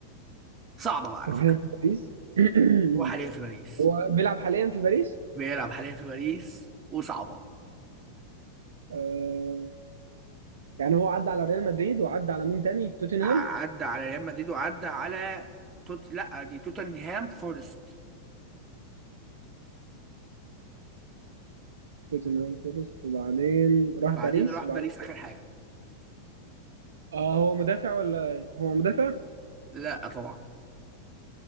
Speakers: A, on the right; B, on the right.
A: صعبه بقى على
B: وحاليا
A: فكره
B: في باريس <clears throat>
A: هو حاليا في باريس
B: هو بيلعب حاليا في باريس
A: بيلعب حاليا في باريس وصعبه
B: آه يعني هو عدى على ريال مدريد وعدى على مين تاني توتنهام
A: ع- عدى على ريال مدريد وعدى على توت لا دي توتنهام فورست
B: توتنهام فورست وبعدين راح
A: بعدين
B: باريس
A: راح
B: وبعدين
A: باريس اخر حاجه
B: اه هو مدافع ولا إيه؟ هو مدافع
A: لا طبعا